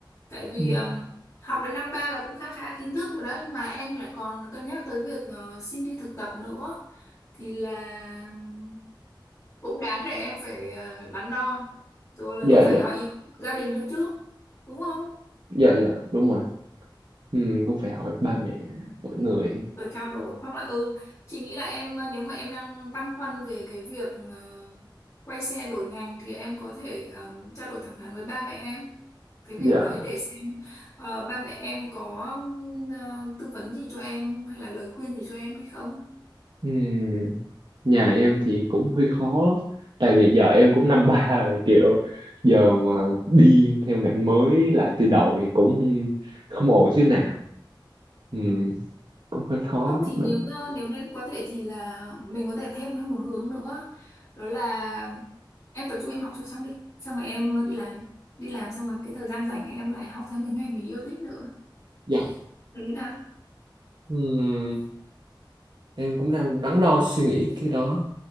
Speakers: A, on the left (about 40°); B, on the right (about 65°).
A: tại vì
B: ừ
A: ờm, học đến năm ba là cũng khá khá kiến thức rồi đấy mà em lại còn cân nhắc tới việc ờ, xin đi thực tập nữa thì là ừm, cũng đáng để em phải ờ, đắn đo rồi lại
B: dạ,
A: còn phải
B: dạ,
A: hỏi ý kiến của gia đình nữa chứ đúng không
B: dạ, dạ, đúng rồi. ừ cũng phải hỏi ba mẹ mọi người
A: rồi trao đổi hoặc là ừ chị nghĩ là em ờ, nếu mà em đang băn khoăn về cái việc ờ, quay xe đổi ngành thì em có thể ờ, trao đổi thẳng thắn với ba mẹ em cái việc
B: Dạ.
A: đấy để xem ờ, ba mẹ em có ừm, ờ, tư vấn gì cho em hay là lời khuyên gì cho em hay không
B: ừ nhà em thì cũng hơi khó tại vì giờ em cũng năm ba rồi kiểu giờ mà đi theo ngành mới lại từ đầu thì cũng không ổn xíu nào ừ,
A: Ừ.
B: cũng hơi khó
A: không
B: khúc
A: thì nếu
B: đó
A: ờ, nếu nên có thể thì là mình có thể thêm một hướng nữa đó là em tập trung em học cho xong đi xong rồi em ờ, đi làm đi làm xong rồi cái thời gian rảnh em lại học thêm cái ngành mình yêu thích nữa
B: Dạ.
A: đấy
B: Ừm, em cũng đang đắn đo suy nghĩ cái đó.